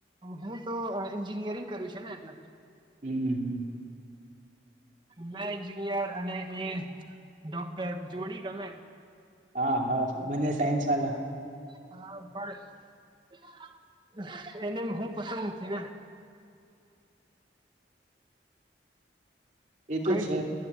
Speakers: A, on the right; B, on the right.
A: હું તો એન્જિનિયરિંગ કર્યું છે ને એટલે.
B: હમ હમ.
A: મે એન્જિનિયર અને એ ડોક્ટર જોડી ગમે.
B: હા, હા, બંને સયન્સ વાલા.
A: હા, પણ એને હું પસંદ નથી ને.
B: એ
A: કઈ,
B: તો છે